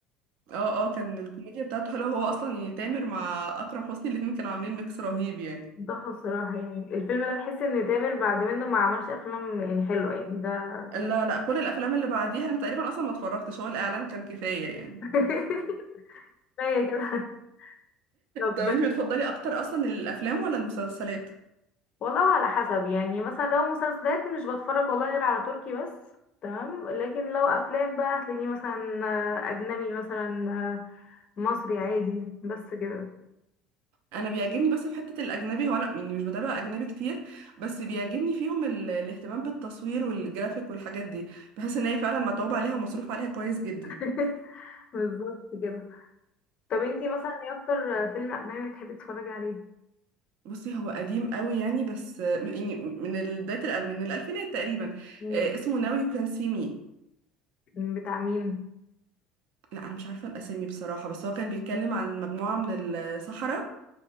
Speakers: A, on the right; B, on the left.
A: اه اه كان الكوميديا بتاعته حلوه هو اصلا يعني تامر مع اكرم حسني الاتنين كانوا عاملين ميكس رهيب يعني
B: تحفة الصراحة يعني الفيلم ده تحس إن تامر بعد منه ما عملش أفلام يعني حلوة يعني ده
A: لا لا كل الافلام اللي بعديها انا تقريبا اصلا ما اتفرجتش هو الاعلان كان كفايه يعني
B: <laughs> كفاية كده طب
A: طب انتي بتفضلي اكتر اصلا الافلام ولا المسلسلات
B: والله على حسب يعني مثلا لو مسلسلات مش بتفرج والله غير على تركي بس تمام لكن لو أفلام بقى هتلاقيني مثلا آه، أجنبي مثلا آه، مصري عادي بس كده
A: انا بيعجبني بس في حته الاجنبي هو انا يعني مش بتابع اجنبي كتير بس بيعجبني فيهم ال... الاهتمام بالتصوير والجرافيك والحاجات دي بحس ان هي فعلا متعوب عليها ومصروف عليها كويس جدا
B: <laughs> بالظبط كده طب انتي مثلا ايه اكتر فيلم اجنبي بتحبي تتفرجي عليه
A: بصي هو قديم قوي يعني بس آه، يعني من ال- بداية الأل- من الألفينات تقريبا
B: مم.
A: آه، اسمه ناوي يو كان سي مي
B: بتاع مين
A: لا أنا مش عارفة الأسامي بصراحة بس هو كان بيتكلم عن مجموعة من الصحراء